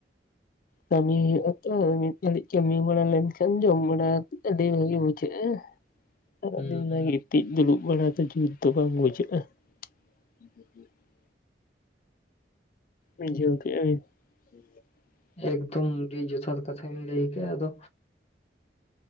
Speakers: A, on the left; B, on the left.
A: ᱠᱟᱹᱢᱤ ᱦᱩᱭᱩᱜ ᱟᱛᱚ ᱢᱤᱫ ᱜᱷᱟᱹᱲᱤᱡ ᱠᱟᱹᱢᱤ ᱵᱟᱲᱟ ᱞᱮᱱᱠᱷᱟᱱ ᱡᱚᱢ ᱵᱟᱲᱟ <inaudible> ᱟᱹᱰᱤ ᱵᱷᱟᱜᱤ ᱵᱩᱡᱷᱟᱹᱜᱼᱟ᱾ ᱥᱟᱨᱟ
B: ᱦᱩᱸ
A: ᱫᱤᱱ
B: ᱦᱩᱸ
A: ᱜᱤᱛᱤᱡ ᱫᱩᱲᱩᱵ ᱵᱟᱲᱟ ᱫᱚ ᱡᱩᱛ ᱫᱚ ᱵᱟᱝ ᱵᱩᱡᱷᱟᱹᱜᱼᱟ᱾ <inaudible> ᱟᱸᱡᱚᱢ ᱠᱮᱜ-ᱟ ᱵᱤᱱ? <inaudible>
B: ᱮᱠᱫᱚᱢ ᱟᱹᱰᱤ ᱡᱚᱛᱷᱟᱛ ᱠᱟᱛᱷᱟ ᱵᱤᱱ ᱞᱟᱹᱭ ᱠᱮᱜ-ᱟ ᱟᱫᱚ